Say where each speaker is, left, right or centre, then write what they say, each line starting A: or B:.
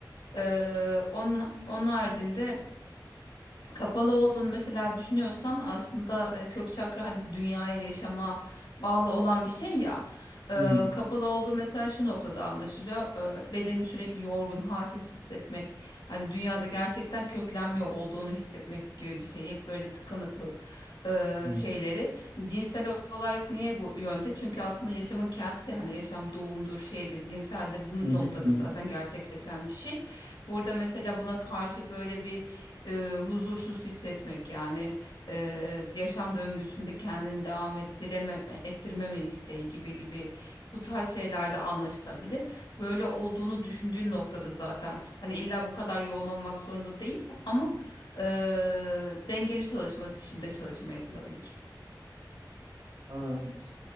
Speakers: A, on the left (about 80°); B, on the right (about 65°).
A: E, onun onun haricinde kapalı olduğunu mesela düşünüyorsan aslında e, kök çakra hani dünyaya yaşama bağlı olan bir şey ya. E,
B: hı hı,
A: kapalı olduğu mesela şu noktada anlaşılıyor. E, bedeni sürekli yorgun, halsiz hissetmek. Hani dünyada gerçekten köklenmiyor olduğunu hissetmek gibi bir şey. Hep böyle tıkanıklık e,
B: hı hı,
A: şeyleri. Cinsel olarak niye bu yönde? Çünkü aslında yaşamın kendisi hani yaşam doğumdur, şeydir. Cinsel de bu
B: hı hı,
A: noktada
B: hı hı.
A: zaten gerçekleşen bir şey. Burada mesela buna karşı böyle bir e, huzursuz hissetmek yani e, yaşam döngüsünde kendini devam ettirememe, ettirmeme isteği gibi gibi bu tarz şeylerde anlaşılabilir. Böyle olduğunu düşündüğün noktada zaten hani illa bu kadar yoğun olmak zorunda değil ama e, dengeli çalışması için de çalışma yapılabilir.
B: Evet.